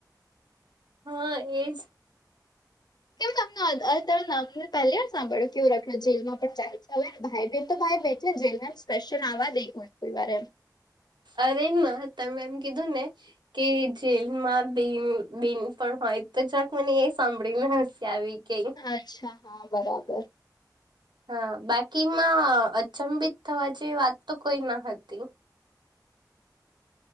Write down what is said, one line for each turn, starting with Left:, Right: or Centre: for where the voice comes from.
Right: હા, એજ
Left: કેવું તમમને પહેલી વાર સાંભળ કેવું રખડ જેલમાં જાય છે હવે ભાઈ બેન તો ભાઈ ભ છે, જેલ સ્પેશિયલ આવવા દે કો કોઈ વાર એમ
Right: અરે તમે એમ કીધું ને કે જેલમાં બેન બેન પણ હોય તો જક મને એ સાંભળીને હસી આવી કે
Left: અચ્છા હા બરાબર
Right: હા બાકીમાં અચંભિત થવા જે વાત તો કોઈ ન હતી